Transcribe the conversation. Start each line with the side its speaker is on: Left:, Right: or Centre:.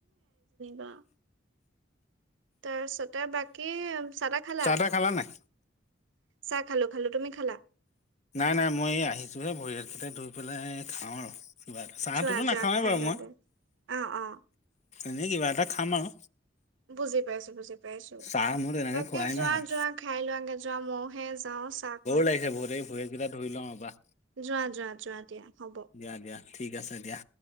Right: <unintelligible> তাৰপিছতে বাকী চদাহ খালা
Left: চাহ তাহ নাই?
Right: চাক খালো, খালো তুমি খালা
Left: নাই, নাই মই আহিছোহে ভৰিয়তকেইটা ধৈ পেলাই খাওঁ আৰু চাহটোনো
Right: যোৱা যোৱা
Left: নাখাওঁৱেই
Right: খাই
Left: বাৰু
Right: লোৱাগে
Left: মই,
Right: অ অ
Left: এনেই কিবা এটা খাম আৰু
Right: বুজি। পাইছো বুজি পাইছো
Left: চাহ মোৰ তেনেকে
Right: তাকে
Left: খোৱাই
Right: যোৱা
Left: নহয়
Right: যোৱা খাই লোৱাগে যোৱা মইহে যাও চাহক
Left: <unintelligible> ভৰিকেইটা ধৰি লওঁ বা
Right: যোৱা যোৱা যোৱা, দিয়া হ'ব
Left: দিয়া, দিয়া ঠিক আছে দিয়া